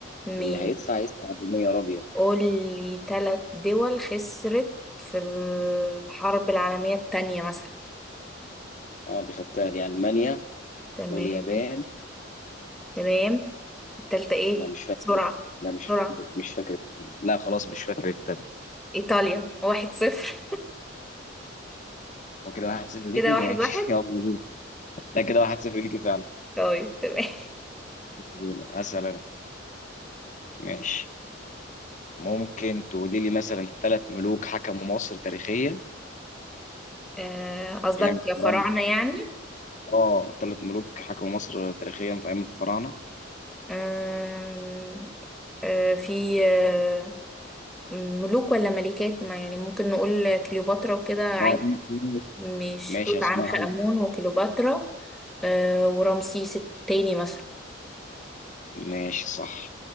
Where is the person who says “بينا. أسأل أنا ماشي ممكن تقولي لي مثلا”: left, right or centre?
Left